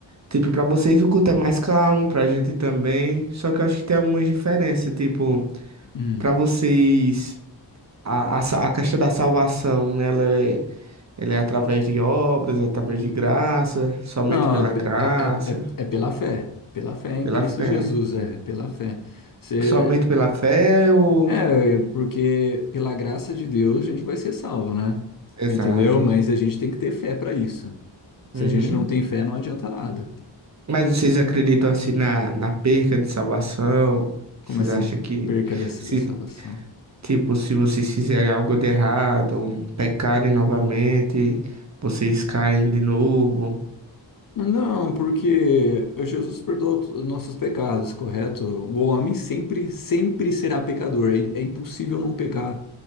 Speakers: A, on the right (about 35°); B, on the left (about 45°).
A: tipo, pra vocês o culto é mais calmo, pra gente também, só que eu acho que tem algumas diferenças, tipo,
B: Hum.
A: pra vocês, a, a, sa- a questão da salvação, ela é Ele é através de obras, através de graça, somente
B: Ah,
A: pela
B: pe-
A: graça,
B: é, é, é, é pela fé, pela fé em
A: pela
B: Cristo
A: fé.
B: Jesus, é, pela fé. Você,
A: Somente pela fé ou...
B: é, porque pela graça de Deus a gente vai ser salvo, né?
A: Exato.
B: Entendeu? Mas a gente tem que ter fé para isso. Se
A: Uhum.
B: a gente não tem fé, não adianta nada.
A: Mas vocês acreditam assim na, na perca de salvação?
B: Como
A: Vocês
B: assim,
A: acham que,
B: perca da da
A: se,
B: salvação?
A: tipo, se vocês fizerem algo de errado, um, pecarem novamente, vocês caem de novo?
B: Não, porque Jesus perdoou to- nossos pecados, correto? O homem sempre, sempre será pecador. É, é impossível não pecar.